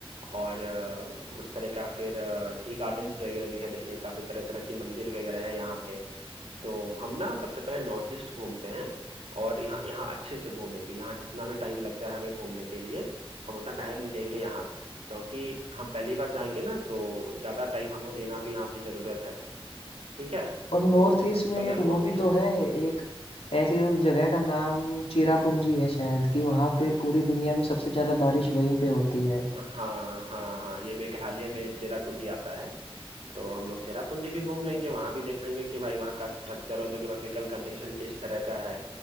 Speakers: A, on the right; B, on the left.
A: और अ, उस तरह का फिर टी गार्डन्स वगैरह भी है देखने का फिर तरह तरह की मंदिर वगैरह है यहाँ पे तो हम ना सबसे पहले नॉर्थ ईस्ट घूमते हैं और यहाँ यहाँ अच्छे से घूमेंगे यहाँ जितना भी टाइम लग जाए हमें घूमने के लिए हम उतना टाइम देंगे यहाँ क्योंकि हम पहली बार जाएंगे ना तो ज़्यादा टाइम हमें देना भी यहाँ पे ज़रूरत है ठीक है
B: और नॉर्थ
A: तो
B: ईस्ट
A: सबसे
B: में
A: पहले
B: एक
A: हम नॉर्थ
B: वो भी
A: ईस्ट
B: तो है एक ऐसी उस जगह का नाम चिरापुंजी है शायद कि वहां पे पूरी दुनिया में सबसे ज्यादा बारिश वहीं पे होती है
A: हाँ हाँ हाँ ये मेघालय में चेरापूंजी आता है तो हम लोग चेरापूंजी भी घूम लेंगे वहां भी देख लेंगे कि भाई वहाँ का स्ट्रक्चर और ज्योग्राफिकल कंडीशन किस तरह का है